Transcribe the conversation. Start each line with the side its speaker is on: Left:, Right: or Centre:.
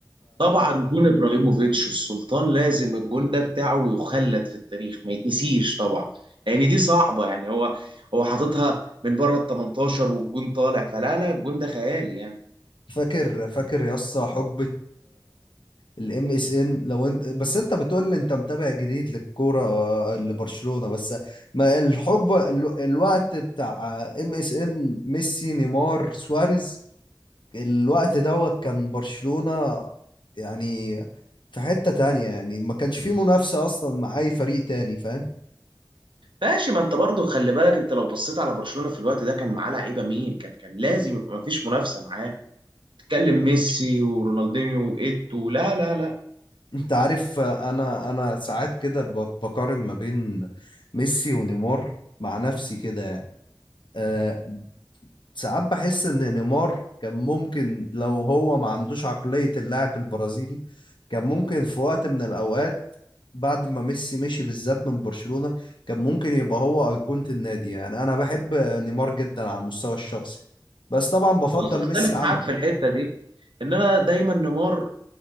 Right: طبعا جون ابراهيموفيتش السلطان لازم الجون ده بتاعه يخلد في التاريخ ما يتنسيش طبعا لان دي صعبه يعني هو هو حاططها من بره ال 18 والجون طالع فلا لا الجون ده خيالي يعني
Left: فاكر فاكر يا اسطى حقبة الام اس ان لو انت بس انت بتقول لي انت متابع جديد للكورة آه، لبرشلونة بس ما الحقبة ال- الوقت بتاع ام اس ان ميسي نيمار سواريز الوقت دوت كان برشلونة يعني في حتة تانية يعني ما كانش فيه منافسة اصلا مع اي فريق تاني فاهم
Right: ماشي ما انت برضه خلي بالك انت لو بصيت على برشلونه في الوقت ده كان معاه لعيبه مين كان كان لازم يبقى ما فيش منافسه معاه تتكلم ميسي ورونالدينيو وايتو لا لا لا
Left: انت عارف آه، انا انا ساعات كده ب- بقارن ما بين ميسي ونيمار مع نفسي كده يعني آه، ساعات بحس ان نيمار كان ممكن لو هو ما عندوش عقلية اللاعب البرازيلي كان ممكن في وقت من الاوقات بعد ما ميسي مشي بالذات من برشلونة كان ممكن يبقى هو أيقونة النادي يعني انا بحب نيمار جدا على المستوى الشخصي بس طبعا بفضل
Right: بص اختلف
Left: ميسي عنه
Right: معاك في الحته دي ان انا دايما نيمار